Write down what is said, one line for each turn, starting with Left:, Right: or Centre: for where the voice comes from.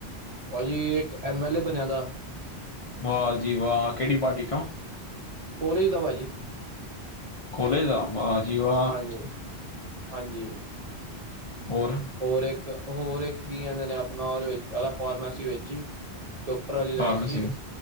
Right: ਭਾਜੀ ਇੱਕ ਐਮ ਐਲ ਏ ਬਣਿਆ ਦਾ।
Left: ਵਾਹ ਜੀ ਵਾਹ, ਕਿਹੜੀ ਪਾਰਟੀ ਚੋਂ?
Right: ਕੋਲੇਜ ਦਾ ਭਾਜੀ।
Left: ਕੋਲੇਜ ਦਾ ਵਾਹ ਜੀ ਵਾਹ।
Right: ਹਾਂਜੀ ਹਾਂਜੀ
Left: ਹੋਰ
Right: ਹੋਰ ਇੱਕ ਹੋਰ ਇੱਕ ਕੀ ਕਹਿੰਦੇ ਨੇ ਆਪਣਾ ਉਦੇ ਵਿਚ ਪਹਿਲਾ ਫਾਰਮੈਸੀ ਵਿੱਚ ਹੀ। ਡਾਕਟਰ ਵਾਲੀ ਲਾਈਨ
Left: ਫਾਰਮੇਸੀ
Right: ਜੀ